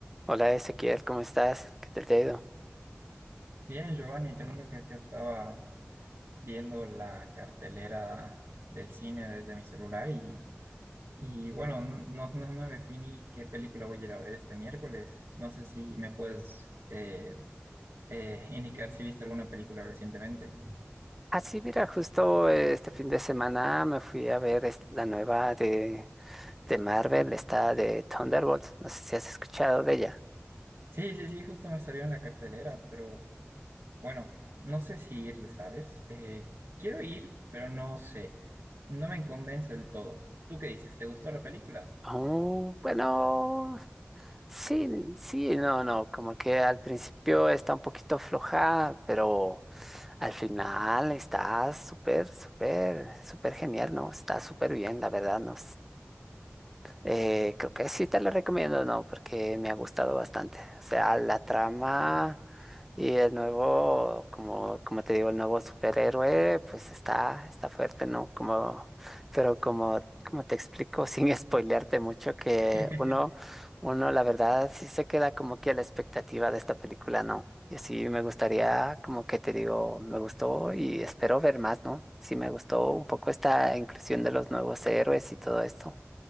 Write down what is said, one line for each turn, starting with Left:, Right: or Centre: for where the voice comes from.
Centre: Hola Ezequiel, ¿cómo estás? ¿Qué tal te ha ido?
Right: Bien, Giovanni, te cuento que es que estaba viendo la cartelera del cine desde mi celular y, y bueno, no, no, no definí qué película voy a ir a ver este miércoles. No sé si me puedes eh, eh, indicar si viste alguna película recientemente.
Centre: Ah, sí, mira, justo eh, este fin de semana me fui a ver es- la nueva de, de Marvel, esta de Thunderbolts. No sé si has escuchado de ella.
Right: Sí, sí, sí, justo me salió en la cartelera, pero bueno, no sé si ir, ¿sabes? Eh, quiero ir, pero no sé. No me convence del todo. ¿Tú qué dices? ¿Te gustó la película?
Centre: Oh, bueno, sí, sí, no, no, como que al principio está un poquito floja, pero al final está súper, súper, súper genial, ¿no? Está súper bien, la verdad, no, Eh, creo que sí te la recomiendo, ¿no? Porque me ha gustado bastante. O sea, la trama y el nuevo, como, como te digo, el nuevo superhéroe, pues está, está fuerte, ¿no? Como, pero como, como te explico, <laughs> sin spoilearte mucho, que
Right: <laughs>
Centre: uno, uno, la verdad, sí se queda como que a la expectativa de esta película, ¿no? Y así me gustaría, como que te digo, me gustó y espero ver más, ¿no? Sí me gustó un poco esta inclusión de los nuevos héroes y todo esto.